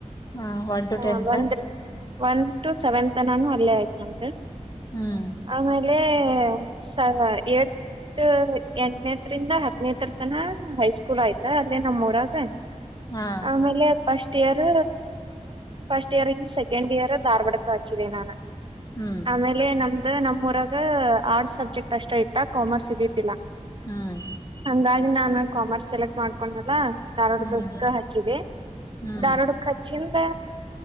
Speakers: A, on the left; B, on the right.
A: ಹಾ ಒನ್ ಟು
B: ಆ
A: ಟೆನ್ತ್
B: ಒಂದ್ ಒನ್ ಟು ಸೆವೆನ್ತ್ನಾನು ಅಲ್ಲೇ ಆಯತ್ ನಮ
A: ಹ್ಮ್
B: ಆಮೇ ಅ ಎಡ್ ಎಂಟನೇ ಹತ್ರರಿಂದ ಹತ್ತನೇತ್ರರ ತನ ಹೈಸ್ಕೂಲ್ ಆಯ್ತ ಅಲ್ಲೇ ನಮ್ಮೂಊರಾಗ
A: ಹಾ
B: ಆಮೇಲೆ first year first year second year Dharwad ಕ ಆಚಿದ್ದೇ ನಾನು
A: ಹ್ಮ್
B: ಆಮೇಲೆ ನಮ್ದ ನಮ್ ಊರಾಗ ಆರ್ಟ್ಸ್ ಸಬ್ಜೆಕ್ಟ್ ಅಷ್ಟ ಇತ್ತ ಕಾಮರ್ಸ್ ಇದತಿಿಲ್ಲ
A: ಹ್ಮ್
B: ಹಂಗಾಗಿ ನಾನು ಕಾಮರ್ಸ್ ಸೆಲೆಕ್ಟ್ ಮಾಡ್ಕೊಂಡಲ್ಲ ಧಾರ್ವಾಡಕಕ್ಕ
A: ಹ್ಮ್
B: ಹಚ್ಚಿದೆ
A: ಹ್ಮ್
B: ಧಾರ್ವಾಡಕ್ ಹಚ್ಚಿ ದ